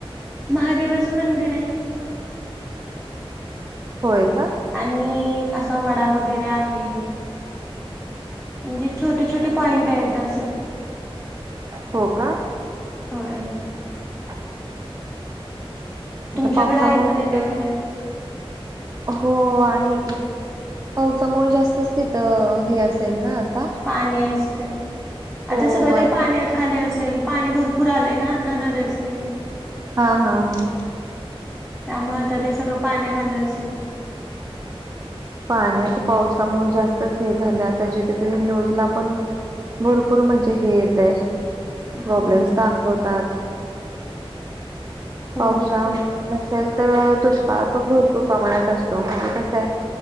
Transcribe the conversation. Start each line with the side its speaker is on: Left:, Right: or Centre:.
Centre: महादेवाच मंदिर आहे.
Right: होय का.
Centre: आणि असा वडा वगैरे आहे. म्हणजे छोटे छोटे पॉईंट आहेत असे.
Right: हो का
Centre: होय
Right: <inaudible> आता
Centre: तुमच्याकडे
Right: पावसामुळे
Centre: आहे का नाही
Right: तीथ
Centre: काय फिराय
Right: हो आहे की. पावसामुळे जास्तच तिथ हे असेल ना आता.
Centre: पाणी असतय.
Right: हो
Centre: आता सगळं ते
Right: आता
Centre: पाण्यात खाली असेल पाणी भरपूर आलय ना आता नद्यासनी.
Right: हां हां हां
Centre: त्यामुळे आता ते सगळ पाण्याखाली असेल.
Right: पाण्यात आता पावसामुळे जास्तच हे झालंय आता जिथे त न्यूजला पण भरपूर म्हणजे हे येत आहे प्रॉब्लेम्स
Centre: हो
Right: दाखवतात.
Centre: हो
Right: पावसाळा
Centre: ना
Right: नसेल तर दुष्काळ पण भरपूर प्रमाणात असतो म्हणजे कसं आहे